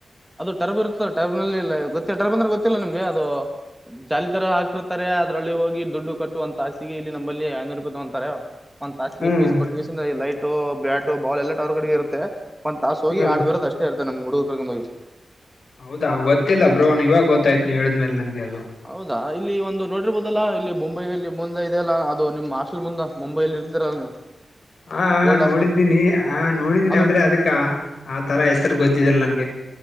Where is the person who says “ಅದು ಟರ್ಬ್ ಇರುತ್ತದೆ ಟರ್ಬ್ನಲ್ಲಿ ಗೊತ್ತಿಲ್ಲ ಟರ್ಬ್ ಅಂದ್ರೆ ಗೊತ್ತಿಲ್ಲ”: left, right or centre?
Centre